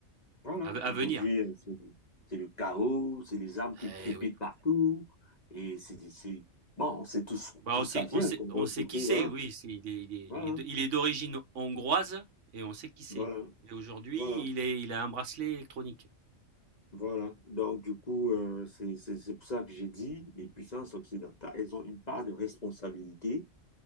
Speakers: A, on the left; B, on the right.
A: Voilà,
B: à, à
A: aujourd'hui,
B: venir.
A: euh, c'est c'est le chaos, c'est les armes qui
B: Eh
A: crépitent
B: oui.
A: partout, et c'est, c'est- bon, on sait tous
B: Bah,
A: d'où
B: on sait,
A: ça vient,
B: on sait,
A: quoi.
B: on
A: Donc,
B: sait
A: du
B: qui
A: coup,
B: c'est,
A: voilà,
B: oui. c'est- il est, il est-
A: voilà,
B: il est de- il est d'origine hongroise et on sait qui c'est.
A: voilà,
B: Et aujourd'hui,
A: voilà,
B: il est, il a un bracelet électronique.
A: voilà. Donc, du coup, euh, c'est c'est- c'est pour ça que j'ai dit, les puissances occidentales, elles ont une part de responsabilité